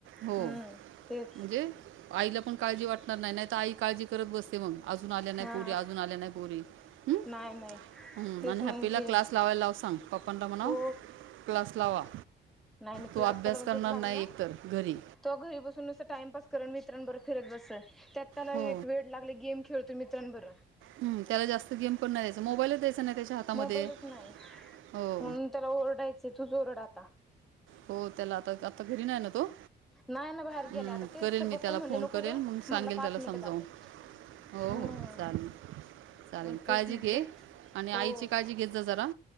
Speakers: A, on the right; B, in the centre.
A: हो
B: हम्म तेच
A: म्हणजे आईला पण काळजी वाटणार नाही नाही तर आई काळजी करत बसते मग अजून आल्या नाही
B: हा
A: पोरी अजून आल्या नाही पोरी ह
B: नाही नाही
A: ह
B: तेच
A: आणि
B: मग
A: हॅपीला
B: हे
A: क्लास लावायला लाव सांग पप्पांना म्हणाव
B: हो
A: क्लास लावा
B: नाही मी
A: तो
B: क्लास
A: अभ्यास
B: त्याला म
A: करणार
B: तेच लावल.
A: नाही एकतर घरी
B: तो घरी बसून आस टाइमप करुन मित्रांबर फिरत बसल त्यात त्याला
A: हो
B: एक वेड लागलय गेम खेळतोय मित्रांबर
A: हम् त्याला जास्त गेम पण नाही द्यायचं मोबाईलच द्यायचा नाही त्याच्या हातामध्ये
B: मोबाईलच नाही
A: हो
B: म्हणून त्याला ओरडायच तूच ओरड आत
A: हो त्याला आता आता घरी नाही ना तो
B: नाही ना बाहेर
A: हं,
B: गेलाय, आता तेच
A: करेल
B: तर
A: मी
B: पप्पा
A: त्याला
B: म्हणले
A: फोन
B: नको
A: करेल
B: जाऊ,
A: मग
B: म्हणला
A: सांगेल
B: पाच
A: त्याला
B: मिनिटात
A: समजावून
B: आलो
A: हो
B: हम्म
A: हो चालेल चालेल
B: मग तेच
A: काळजी
B: म्हणलं
A: घे आणि
B: हो
A: आईची काळजी घेत जा जरा